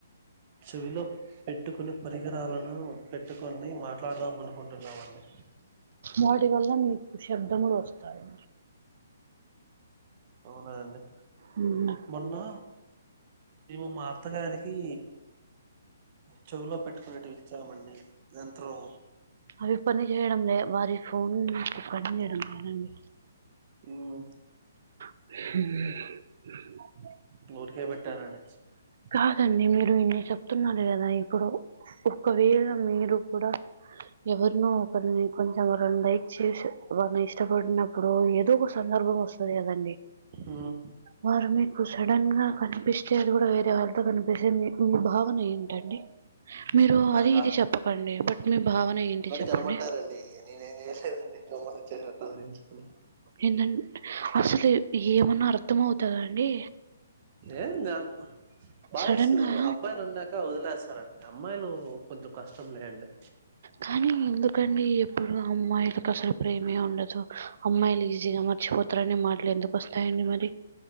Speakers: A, on the right; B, on the right.
A: చెవిలో పెట్టుకునె పరికరాలను పెట్టుకొని మాట్లాడదాం అనీ కుంటున్నామండి
B: వాటి వల్ల మీకు శబ్దములు వస్తాయా
A: అవునా అండి
B: ఉమ్.
A: మొన్నా ఇవి మా అత్తగారికి చెవులో పెట్టుకునేటివి ఇచ్చామండీ యంత్రం
B: అవి పని జేయడం లే వారి ఫోన్ పని చేయడం లేదండి
A: మ్
B: మ్
A: ఊరికే పెట్టానండి
B: కాదండి మీరు ఇన్ని చెప్తున్నార్ గదా ఇప్పుడు ఒకవేళ మీరు కుడ ఎవర్నో ఒకరిని కొంచం లైక్ చేసె వాడ్ని ఇష్టపడినప్పుడు ఏదో ఒక సందర్భం వస్తది కదండీ
A: ఉమ్
B: వారు మీకు సడన్ గా కన్పిస్ అచ్చే అది గుడ వేరే వాళ్ళ తో కన్పిస్తే మీ మీ భావన ఏంటండి మీరూ
A: నాకా
B: అదీ ఇదీ చెప్పకండి బట్ మీ భావన ఏంటి చెప్పండి
A: కనబడ్డారండీ ఇగ నేనేం జేసేదండి గమ్మున వచ్చేస్నా తలదించుకొని.
B: ఏన్నంట్ అసలు ఏమన్నా అర్థమవుతదా అండీ
A: ఏం గాద్ బాయ్సు
B: సడన్ గా
A: అబ్బాయ్ నున్న కా వదిలేస్తారండి అమ్మాయిలూ కొంచం కష్టం లేండి.
B: కానీ ఎందుకండీ ఎప్పుడు అమ్మాయిల్ కసలు ప్రేమే ఉండదు అమ్మాయిలు ఈజీగా మర్చిపోతారనే మాటలు ఎందుకొస్తాయండి మరీ?